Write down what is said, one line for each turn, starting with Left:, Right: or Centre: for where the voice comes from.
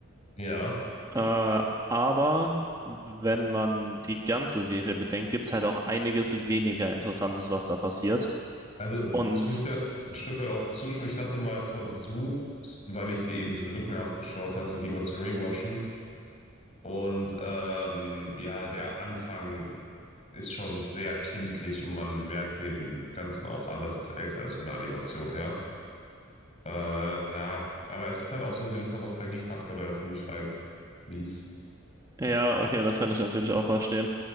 Left: Ja,
Right: Äh, aber wenn man die ganze Serie bedenkt, gibt es halt auch einiges weniger Interessantes, was da passiert.
Left: also
Right: Und
Left: ich muss ja ein Stück weit auch zustimmen. Ich hatte mal versucht, weil ich sie eben so lückenhaft geschaut hatte, die mal zu rewatchen. Und ähm, ja, der Anfang ist schon sehr kindlich und man merkt dem Ganzen auch an, dass es älter ist von der Animation her. Äh, ja, aber es ist halt auch so ein gewisser Nostalgiefaktor, der für mich reinfließt.
Right: ja, okay, das kann ich natürlich auch verstehen.